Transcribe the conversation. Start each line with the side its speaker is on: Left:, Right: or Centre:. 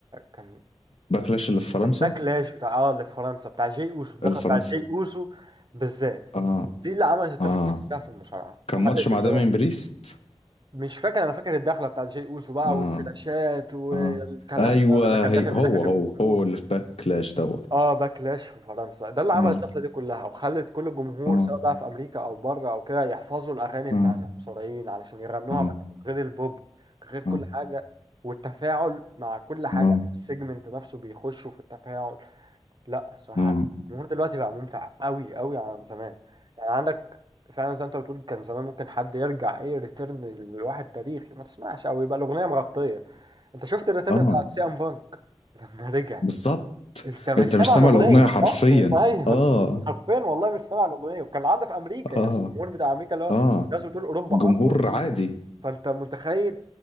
Right: كان
Left: باكلاش اللي في فرنسا
Right: كان باكلاش بتاع اه اللي في فرنسا بتاع جي اوسو الدخل
Left: اللي في
Right: بتاع
Left: فرنسا
Right: جي اوسو بالذات
Left: اه
Right: دي اللي عملت الطفره
Left: اه
Right: دي كلها في المصارعه
Left: كان
Right: وخلت
Left: ماتش مع
Right: اللي
Left: دامين
Right: هو
Left: بريست
Right: مش فاكر انا فاكر الدخله بتاعت جاي اوسو بقى
Left: اه
Right: والفلاشات والكلام
Left: اه ايوه
Right: ده لما كان داخل
Left: هي
Right: من
Left: هو
Right: ناحيه
Left: هو
Right: الجمهور
Left: هو اللي في باكلاش دوت
Right: اه باكلاش في فرنسا ده اللي عمل
Left: اه
Right: الطفره دي كلها وخلت كل الجمهور
Left: اه
Right: سواء بقى في امريكا او بره او كده يحفظوا الاغاني
Left: اه
Right: بتاعت المصارعين علشان يغنوها
Left: اه
Right: معاهم غير البوب غير كل
Left: اه
Right: حاجه والتفاعل مع كل حاجه
Left: اه
Right: يعني في السيجمنت نفسه بيخشوا في التفاعل لا الصراحه
Left: اه
Right: الجمهور دلوقتي بقى ممتع قوي قوي عن زمان يعني عندك فعلا زي ما انت بتقول كان زمان ممكن حد يرجع ايه ريتيرن لواحد تاريخي ما تسمعش او يبقى الاغنيه مغطيه انت شفت الريتيرن
Left: اه آه،
Right: بتاعت سي ام بانك <laughs> لما رجع
Left: بالظبط
Right: انت مش
Left: انت
Right: سامع
Left: مش سامع
Right: الاغنيه
Left: الاغنيه حرفيا
Right: اصلا <laughs> ايوه
Left: اه
Right: أنت حرفيا والله مش سامع الاغنيه وكان العادة في امريكا يعني
Left: اه
Right: الجمهور بتاع امريكا اللي هو
Left: اه
Right: الناس بتقول اوروبا
Left: الجمهور
Right: اقوى
Left: عادي
Right: فانت متخيل